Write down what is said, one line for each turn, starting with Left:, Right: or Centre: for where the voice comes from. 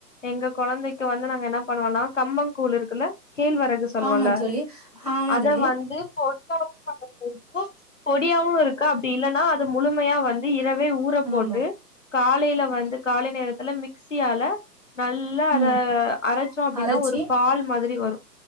Left: எங்க கொழந்தைக்கு வந்து நாங்க என்ன பண்ணுவனா கம்பங்கூழ் இருக்குல்ல கேழ்வரகு சொல்லுவல
Right: ஆமா தோழி ஆமா
Left: அத
Right: தோழி
Left: வந்து போ <inaudible> பொடியாவு இருக்கு அப்டி இல்லன்னா அது முழு மையா வந்து இரவே ஊற போட்டு
Right: ஆமா
Left: காலையில வந்து காலை நேரத்துல மிக்சியால நல்லா அத
Right: ம்
Left: அரைச்சோ அப்படின்னா
Right: அரச்சி
Left: ஒரு பால் மாதிரி வரு